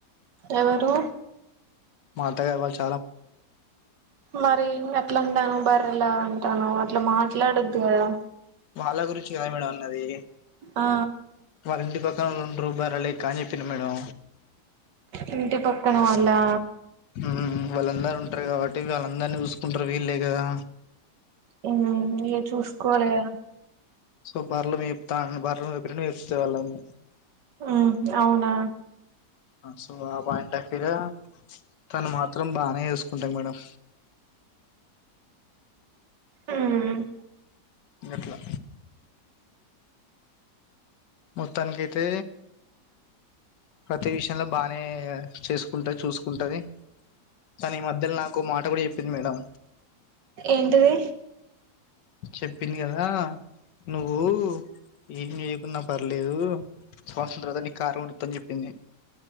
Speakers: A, on the right; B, on the left.
A: ఎవరు
B: మా అత్తగారు వర్స
A: మరి. ఇంగ అట్లా అంటన్నావ్ బర్రిలా అంటాన్నావ్ అట్లా మాట్లాడద్దు గదా
B: వాళ్ళ గురించి కదు మేడం అన్నది
A: ఆ
B: వాళ్ళ ఇంటి పక్కనొళ్త రూ బర్రె లెక్క అని చెప్పింది మేడం
A: ఇంటి పక్కన వాల్ళా
B: ఉ వాళ్ళందరు ఉంటారు కాబట్టి వాళ్ళందరినీ చూసుకుంటారు వీళ్లే గదా
A: ఉ మీరె చూసుకోవాలి గా
B: సో బర్లు మేపుతా ఉంది బర్లు ని మేపినట్టు మేపుతా ఉంది వాళ్ళని
A: ఉ అవునా
B: సో ఆ పాయింట్ <unintelligible> తను మాత్రం బానే చసుకుంటాది మేడం
A: హ్మ్
B: ఎట్లా మొత్తానినికైతే ప్రతి విషయంలో బానే చేసుకుంటది చూసుకుంటది కానీ ఈ మధ్యలో నాకు మాట కూడా చెప్పింది మేడం
A: ఏంటిది
B: చెప్పింది కదా నువ్వు ఏం చేయకున్నా పర్లేదు స్వతంత్రత నీ కారం వండుత అని చెప్పింది